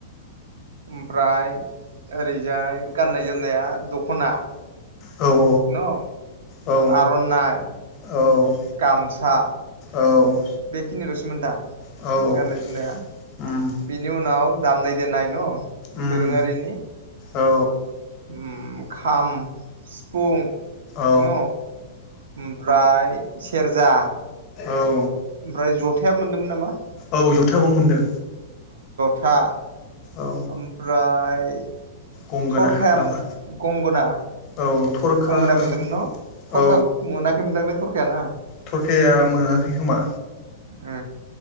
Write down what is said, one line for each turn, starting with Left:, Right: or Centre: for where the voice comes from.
Right: ओमफ्राय ओरैजाय गाननाय जोमनाया दख'ना
Left: औ
Right: न
Left: औ
Right: आरननाय
Left: औ
Right: गामसा
Left: औ
Right: बेखिनिल'सोमोन दा
Left: औ औ
Right: गाननाय जोमनाया
Left: उम
Right: बेनि उनाव दामनाय देनाय न'
Left: उम
Right: दोरोङारिनि
Left: औ
Right: उ खाम सिफुं
Left: औ
Right: न' ओमफ्राय सेरजा
Left: औ
Right: ओमफ्राय जथाया मोनदोंमोन नामा
Left: औ जथाबो मोनदों
Right: था
Left: औ
Right: ओमफ्राय
Left: गंगोना
Right: थरखाया
Left: नामा
Right: गंगना
Left: औ थरखाखौ
Right: गंगनाया मोनदोंमोन न' थरखा
Left: औ
Right: मोनाखैमोनदांलै थरखायाना
Left: थरखाया मोनाखै खोमा।
Right: उ